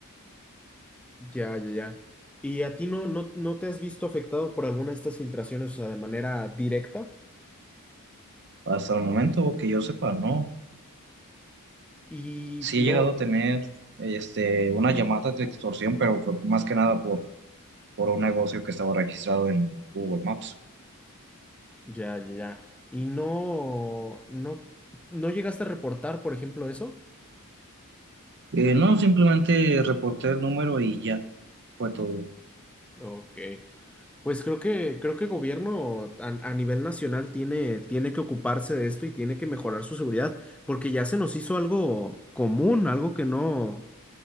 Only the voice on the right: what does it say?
Hasta el momento que yo sepa, no.
Sí
he llegado a tener este, una llamada de extorsión, pero fue más que nada por, por un negocio que estaba registrado en Google Maps.
Eh, no, simplemente reporté el número y ya fue todo.